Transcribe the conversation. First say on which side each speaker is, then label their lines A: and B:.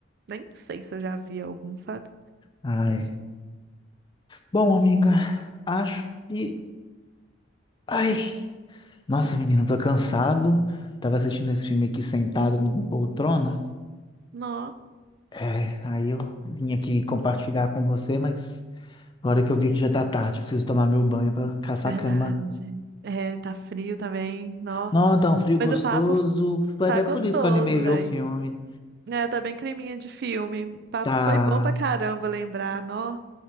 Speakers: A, on the right (about 55°); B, on the left (about 25°).
A: Nem sei se eu já vi algum, sabe?
B: Ai. Bom, amiga, acho que ai, nossa, menina, eu tô cansado. Tava assistindo esse filme aqui sentado numa poltrona.
A: Não.
B: É, aí eu vim aqui compartilhar com você, mas agora que eu vi que já tá tarde, preciso tomar meu banho pra caçar
A: Verdade.
B: a cama.
A: É, tá frio também, nó.
B: Não, tá um frio
A: Mas
B: gostoso.
A: o papo
B: Foi
A: tá
B: até
A: gostoso,
B: por isso que eu animei ver
A: velho.
B: o filme.
A: É, tá bem creminha de filme. O papo
B: Tá,
A: foi bom pra caramba lembrar, nó.